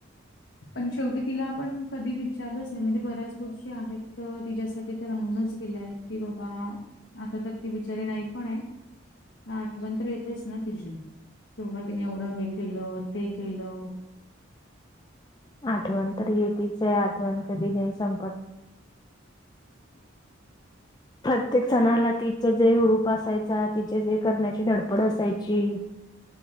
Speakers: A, on the left (about 65°); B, on the left (about 20°).
A: पण शेवटी तिला आपण कधी विचारलंच नाही म्हणजे बऱ्याच गोष्टी आहेत तिच्यासाठी राहूनच गेल्याय कि बाबा आता तर ती बिचारी नाही पण आहे. ना आठवण तर येतेच ना तिचीन तेेव्हा तिने एवढं हे किलो तेे किलो.
B: आठवण तर येेतच आहे आठवण कधी नाही संपत.
A: हम्!
B: प्रत्येक सणाला तिचे जे ररूप असायचा तिचे जे करण्याची धडपड असायची